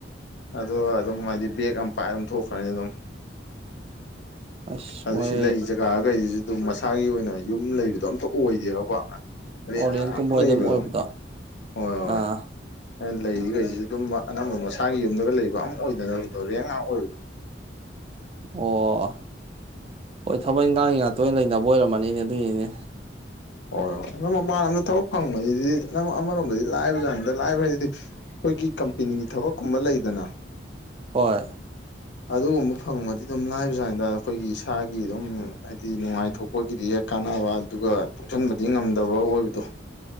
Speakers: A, on the left; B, on the right.
A: ꯑꯗꯣ ꯑꯗꯨꯝ ꯍꯥꯏꯗꯤ ꯕꯦꯒ ꯑꯃ ꯄꯥꯏꯔ ꯑꯗꯨꯝ ꯊꯣꯛꯈ꯭ꯔꯅꯤ ꯑꯗꯨꯝ
B: ꯑꯁ
A: ꯑꯗꯨ
B: ꯃꯣꯏ
A: ꯁꯤ ꯂꯩ ꯖꯒꯥꯒꯩꯁꯤꯁꯨ ꯑꯗꯨꯝ ꯃꯁꯥꯒꯤ ꯑꯣꯏꯅ ꯌꯨꯝ ꯂꯩꯕꯗꯣ ꯑꯝꯇ ꯑꯣꯏꯗꯦꯕ ꯄꯥꯛꯅ ꯔꯦꯟ
B: ꯑꯣꯔꯦꯟꯖꯀꯨꯝꯕ
A: <unintelligible> ꯉꯥꯛ ꯂꯩꯕꯗꯣ
B: ꯑꯗꯨꯝ ꯑꯣꯏꯕꯗꯣ
A: ꯍꯣꯏ ꯍꯣꯏ
B: ꯑꯥ
A: ꯍꯣꯏ ꯂꯩꯔꯤ ꯂꯩꯁꯤꯁꯨ ꯑꯗꯨꯝ ꯑꯅꯝꯕ ꯃꯁꯥꯒꯤ ꯌꯨꯝꯗꯒ ꯂꯩꯕ ꯑꯝ ꯑꯣꯏꯗꯅꯕꯗꯣ ꯔꯦꯟ ꯉꯥꯛ ꯑꯣꯏꯕꯗꯣ
B: ꯑꯣ ꯍꯣꯏ ꯊꯕꯛ ꯏꯪꯈꯥꯡꯒꯤ ꯉꯥꯛꯇ ꯑꯣꯏꯅ ꯂꯩꯅꯕ ꯑꯣꯏꯔꯝꯃꯅꯤꯅꯦ ꯑꯗꯨꯏꯅꯤꯅꯦ
A: ꯍꯣꯏ ꯍꯣꯏ ꯃꯄꯥꯟ ꯂꯝꯗ ꯊꯕꯛ ꯐꯪꯕꯕꯁꯤꯗꯤ ꯅꯝ ꯑꯃꯔꯣꯝꯗꯗꯤ ꯂꯥꯏꯕ ꯖꯥꯠꯅꯤꯗ ꯂꯥꯏꯕ ꯍꯥꯏꯁꯤꯗꯤ ꯑꯩꯈꯣꯏꯒꯤ ꯀꯝꯄꯦꯅꯤꯒꯤ ꯊꯕꯛꯀꯨꯝꯕ ꯂꯩꯗꯅ
B: ꯍꯣꯏ
A: ꯑꯗꯨꯒꯨꯝꯕ ꯐꯪꯕꯗꯤ ꯑꯗꯨꯝ ꯂꯥꯏꯕꯖꯥꯠꯅꯤꯗ ꯑꯩꯈꯣꯏꯒꯤ ꯏꯁꯥꯒꯤ ꯑꯗꯨꯝ ꯍꯥꯏꯗꯤ ꯅꯨꯡꯉꯥꯏꯊꯣꯛꯄꯒꯤꯗꯤ ꯌꯥꯏ ꯀꯥꯟꯅꯕ ꯑꯗꯨꯒ ꯇꯨꯡꯁꯤꯟꯕꯗꯤ ꯉꯝꯗꯕ ꯑꯣꯏꯕꯗꯣ